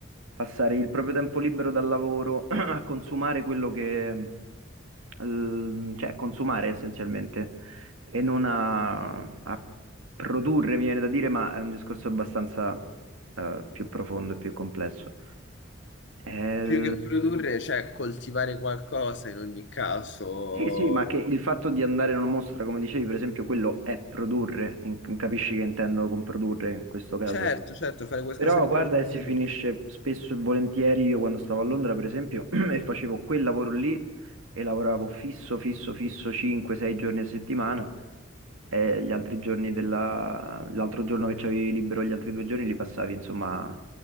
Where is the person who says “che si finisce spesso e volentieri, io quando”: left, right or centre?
Right